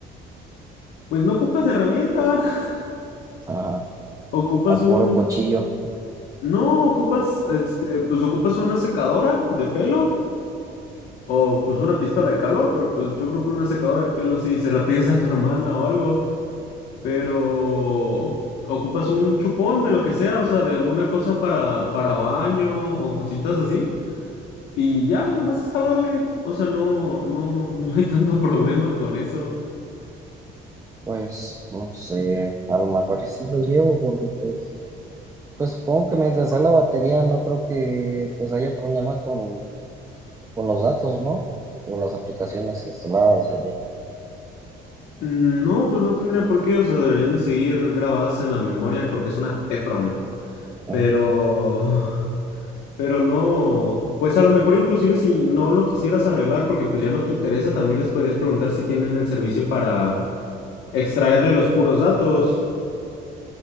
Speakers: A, on the left (about 80°); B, on the right (about 20°).
A: Pues no ocupas herramienta, <laughs>
B: Ajá.
A: ocupas
B: A
A: un...
B: puro cuchillo,
A: No, ocupas, este, pues ocupas una secadora de pelo O pues una pistola de calor, pero pues yo creo que una secadora de pelo sí, se la pides a tu hermana o algo. Pero ocupas un chupón de lo que sea, o sea, de alguna cosa para, para baño o cositas así. Y ya, nomás es jalarle. O sea, no, no, <laughs> no hay tanto problema con eso.
B: pues no sé, a lo mejor y sí lo llevo porque pues, pues supongo que mientras sea la batería no creo que pues haya problema con... Con los datos, ¿no? O las aplicaciones instaladas, y así.
A: Mm, No, pues no tendría por qué, o sea, deberían de seguir grabadas en la memoria porque es una EPROM.
B: Ujú.
A: Pero, <laughs> pero no, pues a lo mejor inclusive si no lo quisieras arreglar porque pues ya no te interesa, también les podrías preguntar si tienen el servicio para extraerle los puros datos,